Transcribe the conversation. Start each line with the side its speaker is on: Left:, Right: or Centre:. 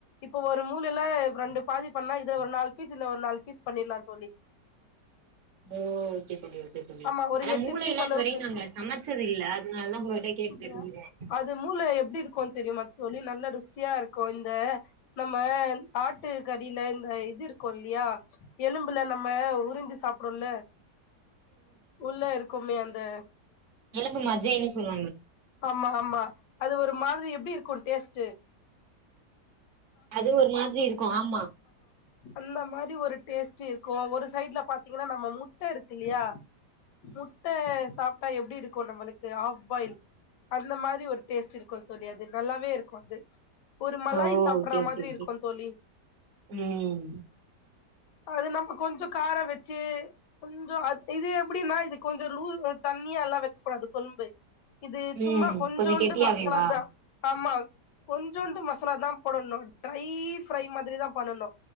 Left: இப்ப ஒரு மூளைல ரெண்டு பாதி பண்ணா இதுல ஒரு நாலு ஃபீஸ் இல்ல ஒரு நாலு ஃபீஸ் பண்ணிடலாம் தோழி
Right: ஓ ஓகே தோழி ஓகே தோழி ஓகே
Left: ஆமா
Right: தோழி
Left: ஒரு
Right: ஆனா
Left: எட்டு
Right: மூளையல்லா
Left: பீஸ் அளவுக்கு
Right: இது வரை நாங்க சமச்சதில்ல அதுனாலதா உங்ககிட்ட கேட்டு
Left: அப்டியா
Right: தெரிஞ்சுக்கிறே
Left: அது மூள் மூள எப்டி இருக்கு தெரியுமா தோழி நல்லா ருசியா இருக்கு இந்த நம்ம ஆட்டு கறில இந்த இது இருக்கு இல்லியா எலும்புல நம்ம உறிஞ்சி சாப்புடுவோல்ல உள்ள இருக்குமே அந் ந்த
Right: எலும்பு மஜ்ஜைன்னு சொல்லு
Left: ஆமா ஆமா அது ஒரு மாதிரி எப்டி இருக்கு டேஸ்ட் ட்டு
Right: அது ஒரு மாதிரி இருக்கு ஆமா
Left: அந்த மாரி ஒரு டேஸ்ட்டு இருக்கு ஒரு சைடுல பாத்தீங்கன்னா நம்ம முட்ட இருக்கு இல்லியா முட்ட சாப் ட்டா எப்டி இருக்கு நம்மளுக்கு ஆஃப் பாயில் அந்த மாரி ஒரு டேஸ்ட்டு இருக்கு தோழி அது நல்லாவே இருக்கு அது ஒரு மலாய்
Right: ஓ
Left: சாப்புடுற
Right: ஓகே ஓகே
Left: மாதிரி
Right: ஓகே
Left: இருக்குந் தோழி
Right: ம்
Left: அது நம்ம கொஞ்சோ கார வெச்சு கொஞ்சோ அது இது எப்டின்னா அது கொஞ்சோ லூ தண்ணியா எல்லா வெக்கக்கூடாது கொழும்பு இது சும்மா
Right: ம்
Left: கொஞ்சூண்டு
Right: கொஞ்சோ கெட்டியாவேவா
Left: மசாலாதா ஆம்மா கொஞ்சூண்டு மசாலாதாம் போடணு ட்ரை ஃப்ரை மாதிரி தா பண்ணனு